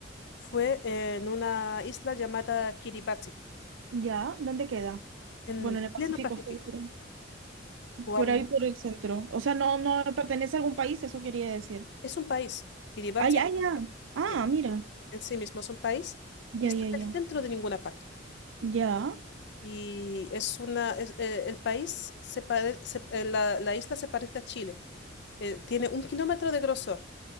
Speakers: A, on the left; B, on the right.
A: fue en una isla llamada Kiribati,
B: Ya, ¿dónde queda?
A: en
B: Bueno, en el Pacífico
A: pleno Pacífico.
B: Centro,
A: Cuando-
B: por ahí por el centro. O sea, no, no pertenece a algún país, eso quería decir.
A: es un país, Kiribati
B: Ah, ya, ya. Ah,
A: sí,
B: mira.
A: en sí mismo es un país
B: Ya,
A: y está
B: ya, ya.
A: en el centro de ninguna parte.
B: Ya.
A: Y es una, es, eh, el país, se pare- se- eh, la, la isla se parece a Chile. Eh, tiene un kilómetro de grosor